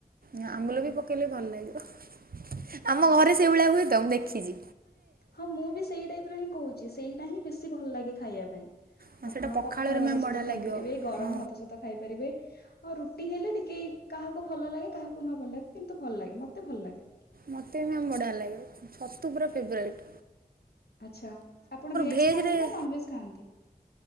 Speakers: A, on the right; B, on the left.
A: ନା ଅମ୍ବୁଲ
B: ଆଜ୍ଞା
A: ବି ପକେଇଲେ ଭଲ ଲାଗିବ ଆମ
B: ଆଚ୍ଛା
A: ଘରେ ସେଇଭଳିଆ ହୁଏ ତ ମୁଁ ଦେଖିଚି।
B: ହଁ ମୁଁ ବି ସେଇ ଟାଇପ୍ ର ହିଁ କହୁଚି ସେଇଟା ହିଁ ବେଶୀ ଭଲ ଲାଗେ ଖାଇବା ପାଇଁ।
A: ହଁ ସେଇଟା
B: ଆପଣ
A: ପଖାଳରେ
B: ପଖାଳ
A: ମ୍ୟାମ୍
B: ଭାତ
A: ବଢ଼ିଆ
B: ସତ ଖାଇପାରିବେ
A: ଲାଗିବ
B: ଗରମ
A: ହଁ
B: ଭାତ ସତ ଖାଇପାରିବେ। ହଁ ରୁଟି ହେଲେ ଟିକେ କାହାକୁ ଭଲ ଲାଗେ କାହାକୁ ନ ଭଲ ଲାଗେ କିନ୍ତୁ ଭଲ ଲାଗେ ମତେ ଭଲ ଲାଗେ।
A: ମତେ ବି ମ୍ୟାମ ବଢିଆ ଲାଗେ ଛତୁ ପୁରା ଫୋବରାଇଟ୍।
B: ଆଚ୍ଛା ଆପଣ ଭେଜ୍
A: ଭେଜରେ
B: ଖାଆନ୍ତି ନା ନନ୍ ଭେଜ୍ ଖାଆନ୍ତି?